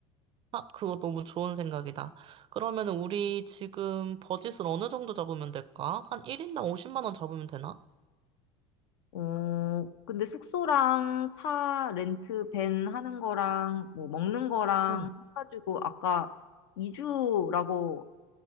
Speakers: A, on the right; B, on the left.
A: 아, 그거 너무 좋은 생각이다. 그러면 은 우리 지금 버짓을 어느 정도 잡으면 될까? 한 1인당 50만 원 잡으면 되나?
B: 어, 근데 숙소랑 차 렌트 밴 하는 거랑 뭐 먹는 거랑
A: 응.
B: 해가지고 아까 이주라고